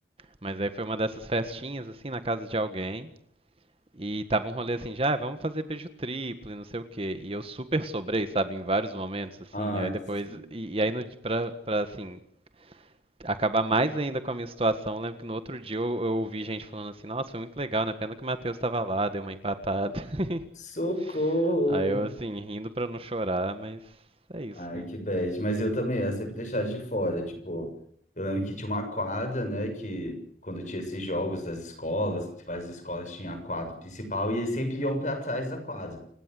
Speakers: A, on the right (about 30°); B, on the left (about 45°).
A: Mas aí foi uma dessas festinhas, assim, na casa de alguém. E tava um rolê assim, já, "Ah, vamos fazer beijo triplo e não sei o quê. E eu super sobrei, sabe, em vários momentos, assim.
B: Ai,
A: Aí depois,
B: sim.
A: e, e aí no, di- pra, pra, assim, acabar mais ainda com a minha situação, eu lembro que no outro dia eu, eu ouvi gente falando assim, nossa, foi muito legal, né? Pena que o Matheus tava lá, deu uma empatada. <laughs>
B: Socorro!
A: Aí eu, assim, rindo pra não chorar, mas é isso,
B: Ai,
A: né?
B: que bad. Mas eu também ia sempre deixar de fora. Tipo, eu lembro que tinha uma quadra, né? Que quando tinha esses jogos das escolas, várias escolas tinham a quadra principal e eles sempre iam pra trás da quadra.